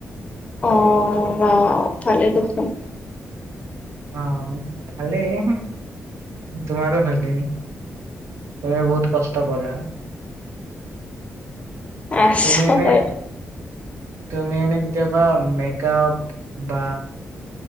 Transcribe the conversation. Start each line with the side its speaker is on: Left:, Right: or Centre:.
Left: অ বাও ভালে দেখোন
Right: অ ভালেই তোমাৰো ভালেই তুমি বহুত কষ্ট কৰা
Left: আছো
Right: তুমি এনে
Left: বাৰু
Right: তুমি এনে কেতিয়াবা ম বা